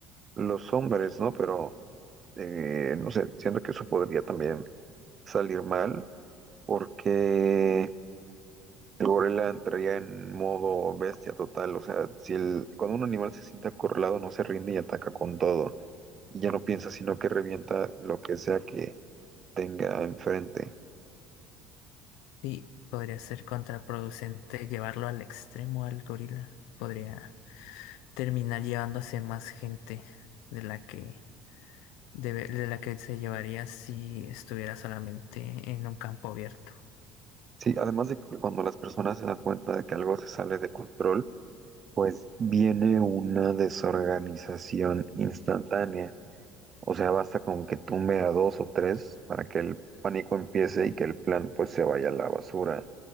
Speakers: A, on the right (about 25°); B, on the left (about 80°).
A: los hombres, ¿no? Pero, eh, no sé, siento que eso podría también salir mal, porque el gorila entraría en modo bestia total. O sea, si el, cuando un animal se siente acorralado, no se rinde y ataca con todo. y ya no piensa, sino que revienta lo que sea que tenga enfrente.
B: Sí, podría ser contraproducente llevarlo al extremo al gorila. Podría terminar llevándose más gente de la que debe- de la que se llevaría si estuviera solamente en un campo abierto.
A: Sí, además de que cuando las personas se dan cuenta de que algo se sale de control, pues viene una desorganización instantánea. O sea, basta con que tumbe a dos o tres para que el pánico empiece y que el plan pues se vaya a la basura